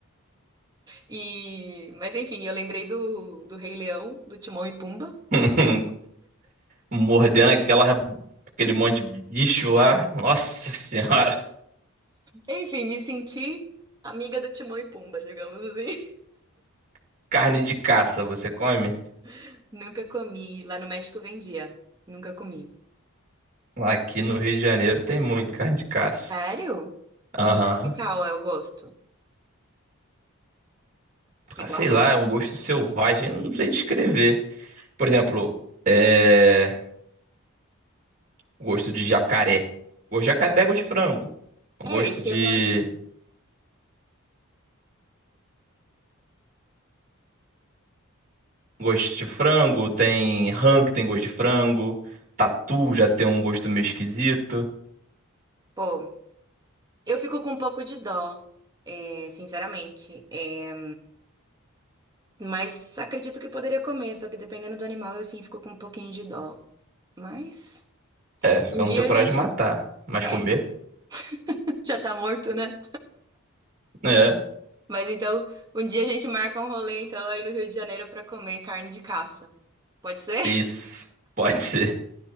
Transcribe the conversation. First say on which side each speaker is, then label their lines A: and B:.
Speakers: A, on the right; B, on the right.
A: E, mas enfim, eu lembrei do, do Rei Leão, do Timão e Pumba.
B: <laughs> Mordendo aquela, aquele monte de bicho lá. Nossa senhora.
A: Enfim, me senti amiga do Timão e Pumba, digamos assim.
B: <laughs> Carne de caça, você come?
A: <laughs> Nunca comi. Lá no México vendia. Nunca comi.
B: Aqui no Rio de Janeiro tem muito carne de caça.
A: Sério? E
B: Aham.
A: que tal é o gosto? Igual?
B: Ah, Sei lá, é um gosto selvagem, eu não sei descrever. Por exemplo, é... gosto de jacaré. O jacaré é gosto de frango.
A: É
B: Gosto
A: isso que
B: de
A: eu imagino.
B: gosto de frango, tem rã que tem gosto de frango, tatu já tem um gosto meio esquisito.
A: Pô, eu fico com um pouco de dó, é, sinceramente. É, Mas acredito que poderia comer, só que dependendo do animal, eu sim fico com um pouquinho de dó. Mas
B: É,
A: um
B: eu
A: dia
B: não tenho coragem
A: a gente.
B: de matar, mas
A: É,
B: comer.
A: <laughs> já tá morto, né?
B: É,
A: Mas então, um dia a gente marca um rolê, então, aí no Rio de Janeiro pra comer carne de caça. Pode ser?
B: isso. <laughs> Pode ser.